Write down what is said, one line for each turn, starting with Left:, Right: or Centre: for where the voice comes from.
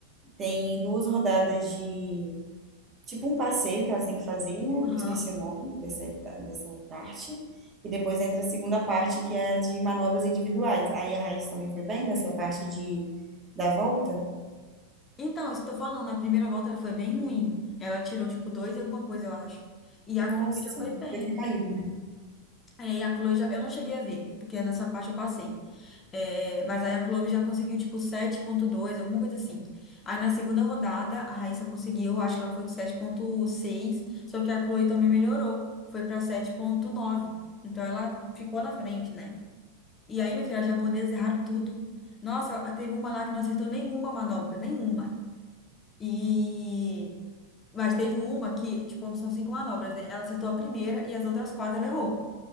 Right: tem duas rodadas de tipo um passeio que elas têm que fazer, né?
Left: Aham.
Right: Eu esqueci o nome dessa, eta- dessa parte. E depois entra a segunda parte, que é a de manobras individuais. Aí a Raíssa também foi bem nessa parte de da volta.
Left: Então, isso que eu tô falando, na primeira volta ela foi bem ruim. Ela tirou, tipo, dois e alguma coisa, eu acho. E a
Right: Nossa,
Left: Chloe já foi bem.
Right: deve ter caído, né?
Left: É, e a Chloe já... Eu não cheguei a ver, porque nessa parte eu passei. É, mas aí a Chloe já conseguiu, tipo, sete ponto dois, alguma coisa assim. Aí na segunda rodada, a Raíssa conseguiu, acho que ela foi com sete ponto seis, só que a Chloe também melhorou. Foi pra sete ponto nove. Então ela ficou na frente, né? E aí, minha filha, as japonesas erraram tudo. Nossa, teve uma lá que não acertou nenhuma manobra, nenhuma. E mas teve uma que, tipo, são cinco manobras, né? Ela acertou a primeira e as outras quatro ela errou.